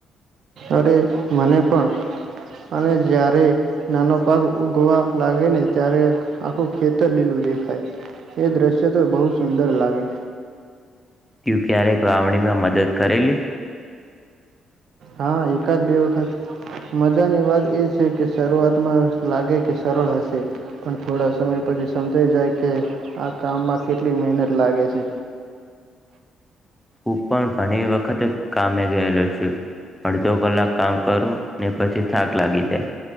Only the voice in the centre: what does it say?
તું ક્યારેક વાવણી માં મદદ કરેલી
હું પણ ઘણી વખત કામે ગયેલો છું અડધો કલાક કામ કરો ને પછી થાક લાગી જાય